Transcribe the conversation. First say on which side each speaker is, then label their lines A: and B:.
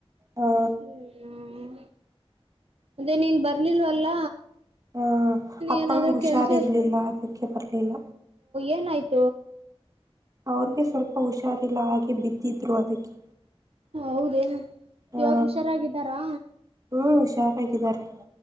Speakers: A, on the right; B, on the right.
A: ಹಾ.
B: ಹ್ಮ್ ಅದೇ ನೀನ್ ಬರ್ಲಿಲ್ವ ಅಲ್ಲ.
A: ಹ ಅಪ್ಪಂಗ
B: ಏನಾದ್ರೂ
A: ಹುಷಾರ್
B: ಕೆಲ್ಸ
A: ಇರ್ಲಿಲ್ಲ ಅದಕ್ಕೆ ಬರ್ಲಿಲ್ಲ
B: ಏನಾಯ್ತು.
A: ಅವ್ರಗೆ ಸ್ವಲ್ಪ ಹುಷಾರಿಲ್ಲ ಹಾಗೆ ಬಿದ್ದಿದ್ರು ಅದಕ್ಕೆ.
B: ಹೌದ
A: ಹಾ
B: ಇವಾಗ ಹುಷಾರಾಗಿದ್ದಾರಾ.
A: ಹ್ಮ್ ಹುಷಾರಾಗಿದ್ದಾರೆ